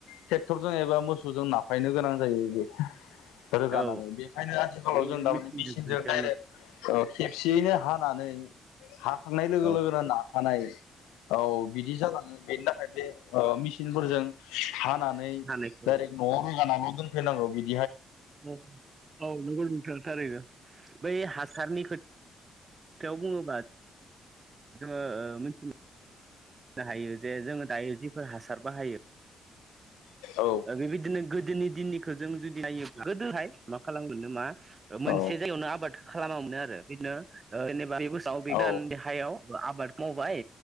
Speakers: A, on the left (about 85°); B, on the right (about 40°).
A: ट्रेक्टरजों एबा मोसौजों नाफायनो गोनां जायो। बे रोगानानै
B: औ
A: बेखायनो आथिखालाव
B: बै
A: जों दारमाने
B: मेचिनजों
A: मेसिनजों
B: खनसेयावनो
A: डाइरेक्ट खेबसेयैनो हानानै हाखांनाय लोगो
B: औ
A: लोगोनो नाखानाय औ बिदि जालाङो बेनि थाखाय बे मेचिनफोरजों हानानै
B: हानायखौ
A: डाइरेक्ट नआव रोगानानानै दोनफैनांगौ बिदि
B: औ औ नंगौ नोंथां थारैनो बै हा सारनि खो खोथायाव बुङोबा जोङो मिथिनो हायो जे जोङो दायो जिफोर हासार बाहायो।
A: औ
B: बेबायदिनो गोदोनि दिननिखौ जों जुदि नाय गोदोहाय मा खालामगोन नामा? मोनसे
A: औ
B: जायगायावनो आबाद खालामामोनो आरो इदिनो ओ बोसोराव बिदान
A: औ
B: देहायाव आबाद मावबाय